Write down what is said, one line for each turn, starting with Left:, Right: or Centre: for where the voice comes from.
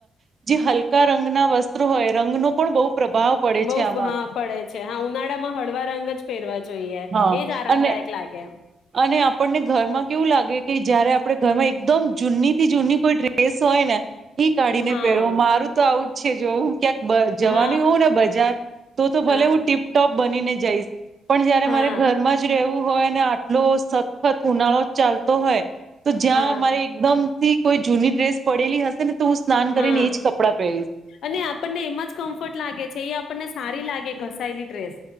Right: <unintelligible> જે હલકા રંગના વસ્ત્રો હોય રંગનો પણ બહુ પ્રભાવ પડે
Left: બહુ
Right: છે આમાં
Left: ફ હા, પડે છે. હા ઉનાળામાં હળવા રંગ જ પેરવા જોઈએ.
Right: હા
Left: એજ આરામદાયક
Right: અને
Left: લાગે.
Right: અને આપણને ઘરમાં કેવું લાગે, કે જયારે આપળા ઘરમાં એકદમ જૂનીથી જૂની કોઈ ડ્રેસ હોય ને એ કાઢીને
Left: હા
Right: પહેરૂ. મારું તો આવું જ છે. જો હું ક્યાંક બ જવાની
Left: હા
Right: હોઉં ને બજાર, તો તો ભલે
Left: હા
Right: હું ટીપ-ટોપ બનીને જઈશ પણ જયારે
Left: હા
Right: મારે ઘરમાં જ રહેવું હોય ને આ ટલો સખત ઉનાળો ચાલતો હોય તો જ્યાં
Left: હા
Right: મારે એકદમ થી કોઈ જૂની ડ્રેસ પડેલી હશે ને તો હું સ્નાન કરીને
Left: હા,
Right: એજ કપડાં પહેરીશ
Left: અને આપણને એમાં જ કમ્ફર્ટ લાગે છે. એ આપ આપણને સારી લાગે ઘસાયેલી ડ્રેસ.